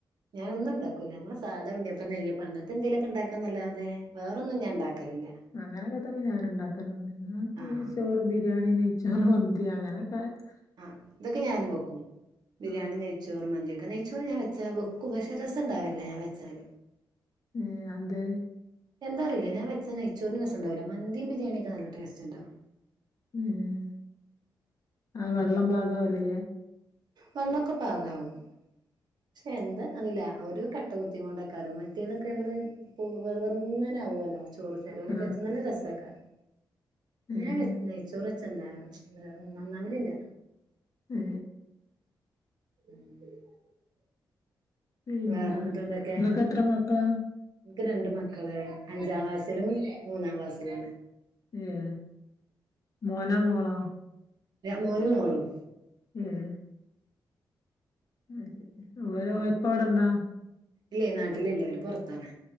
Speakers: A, on the right; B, on the left.
A: ഞാനൻ ഒന്ന ഉണ്ടാക്കൂല്ല നമ്മ സാധാണഉണ്ണിയപ്പ നെയ്യപ്പം അപ്പ അങ്ങനത്തെ എന്തേലൊക്കെണ്ടാക്കൻന്നല്ലാതെ വേറൊന്നുംഞാൻ ഉണ്ടാക്കലില്ല
B: അങ്ങനെയൊക്കെ തന്നെ ഞാനൻ ഉണ്ടാക്കാനണ്ട് ഇന്ന്
A: ആഹ്
B: ഈ ചോറ് ബിരിയാണി നെയ്ച്ചോറ് മന്തി അങ്ങനെ മ <unintelligible>
A: ആ ഇതൊക്കെ ഞാനും വെക്കും ബിരിയാണി
B: ആഹ്
A: ചോറ് മന്തിൊക്കെ നെയ്ച്ചോറ് ഞാ വച്ചാ വെക്കും പക്ഷെ രസംണ്ടാവില്ല ഞാൻ വെച്ചാൽ
B: ഉ അന്തേ
A: എന്താറിയില്ല ഞൻ വെച്ച നച്ചോന് രസ ഉണ്ടാവില്ല മീയും ബരിയാണിയൊെ നല്ല ടസ്റ്റ് ഉണ്ടാവും
B: ഉം ആ വെള്ളം പാഗാവലേ
A: വെള്ളമൊക്കെ പാകവും പക്ഷെ എന്താ അറില്ല ഒരു ക കട്ട കുത്തി കൊണ്ടക്കാര മറ്റേതൊക്കെ നമ്മള് വെറുവെറുന്നനെ ആകുമല്ലോ ചോറ് ചിലോൽവെച്ച
B: ആഹ്
A: നല്ല രസക്കാരം
B: ഏഹ്
A: ഞാൻ വെച്ച നെയ്ചോർ വെച്ചെന്താ നന്നാവലില്ല
B: ഏ
A: <inaudible>
B: പിന്നെ
A: വേറെ എന്നിട്ട് എന്തൊക്കെ
B: ഇങ്ങൾക്കത്ര മക്കള
A: എനിക്ക് രണ്ട് മക്കള് അഞ്ചാം ക്ലാസ്സിലും മൂന്നാം ക്ലാസ്സിലും
B: ഏ മോന മോളോ
A: മോനും മോളും
B: ഉം അ ശരി ഇവരെ ഉപ്പ ഇവിടെണ്ടോ
A: ഇല്ലേ നാട്ടിലില്ലേ അവര് പുറത്താണ്